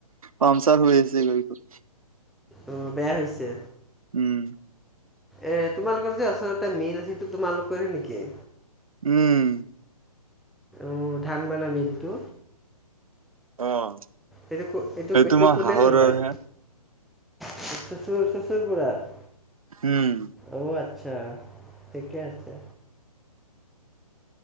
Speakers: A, on the right; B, in the centre.
A: পামচাৰ হৈ আছে গাড়ীখন।
B: অঁ, বেয়া হৈছে।
A: উম।
B: এ তোমালোকৰ যে ওচৰতে মিল আছে সেইটো তোমালোকৰে নিকি?
A: উম।
B: উম ধান বানা মিলটো।
A: অ'।
B: এইটো কো এইটো
A: সেইটো
B: এইটো
A: মই
B: কোনে
A: হাঁহৰৰ
B: চলায়?
A: হে
B: চ চচুৰ চচুৰ বুৰাৰ
A: উম
B: অ' আচ্ছা, ঠিকে আছে